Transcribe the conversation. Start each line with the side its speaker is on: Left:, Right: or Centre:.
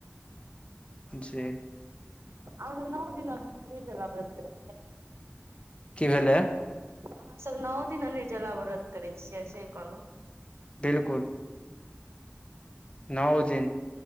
Left: जी।
Right: अहां मधुबनी जिला <unintelligible> ना दिनसला बर कर
Left: की भेलै।
Right: हम सब नओ दिन निर्जला व्रत करै छियै से कहलहुँ।
Left: बिलकुल। नओ दिन,